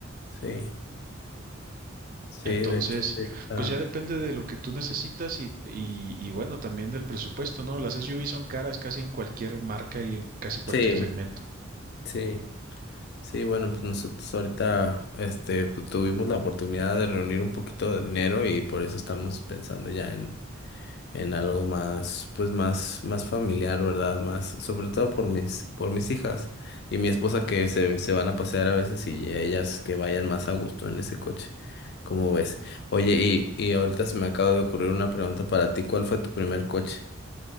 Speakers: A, on the left; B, on the right.
A: sí, sí,
B: Entonces,
A: de hecho sí está.
B: pues ya depende de lo que tú necesitas y, y, y bueno, también del presupuesto, ¿no? Las SUV son caras casi en cualquier marca y en casi cualquier
A: Sí,
B: segmento.
A: sí. Sí, bueno, pues nosotros ahorita este, pues, tuvimos la oportunidad de reunir un poquito de dinero y por eso estamos pensando ya en en algo más, pues más, más familiar, ¿verdad? Más, sobre todo por mis, por mis hijas y mi esposa que se, se van a pasear a veces y ellas que vayan más a gusto en ese coche. ¿Cómo ves? Oye, y, y ahorita se me acaba de ocurrir una pregunta para ti. ¿Cuál fue tu primer coche?